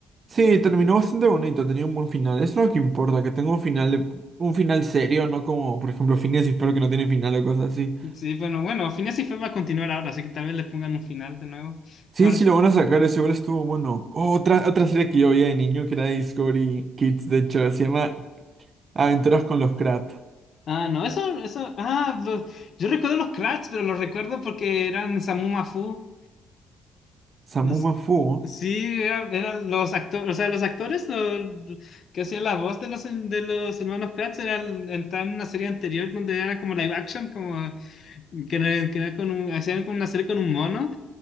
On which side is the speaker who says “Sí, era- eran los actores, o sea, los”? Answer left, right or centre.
Left